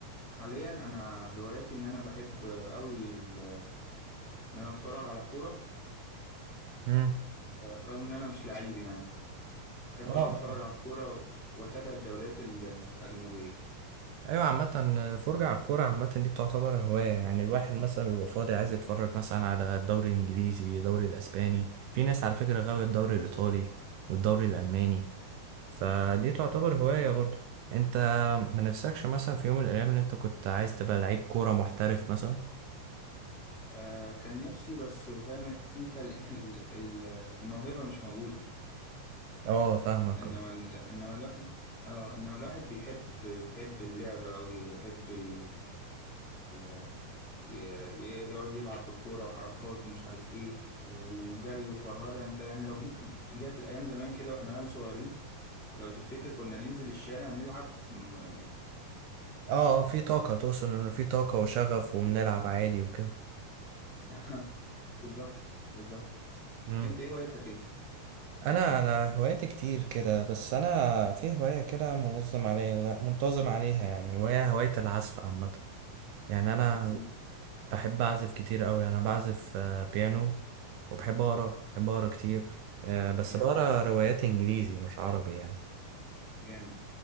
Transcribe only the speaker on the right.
امم
اه
اه
ايوه عامة الفرجة على الكورة عامة دي تعتبر هواية يعني الواحد مثلا بيبقى فاضي عايز يتفرج مثلا على الدوري الانجليزي الدوري الاسباني في ناس على فكرة غاوية الدوري الايطالي والدوري الالماني فدي تعتبر هواية برضو انت ما نفسكش مثلا في يوم من الايام ان انت كنت عايز تبقى لعيب كورة محترف مثلا؟
اه فاهمك
اه
اه اه، في طاقة تقصد انه في طاقة وشغف وبنلعب عادي وكده
مم.
انا انا هواياتي كتير كده بس انا في هوايه كده منظم عليها منتظم عليها يعني هوايه هوايه العزف عامه يعني انا
بحب اعزف كتير قوي انا بعزف آه، بيانو وبحب اقرا بحب اقرا كتير آه، بس
بقرا روايات انجليزي مش عربي يعني